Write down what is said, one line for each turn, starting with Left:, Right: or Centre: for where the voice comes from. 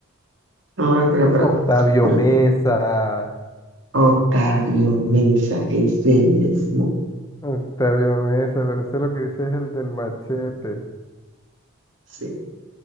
Right: No, pero, pero,
Left: Octavio
Right: pero
Left: Mesa.
Right: Octavio Mesa, ese mismo.
Left: Octavio Mesa, pero ese lo que dice es el del machete.
Right: sí.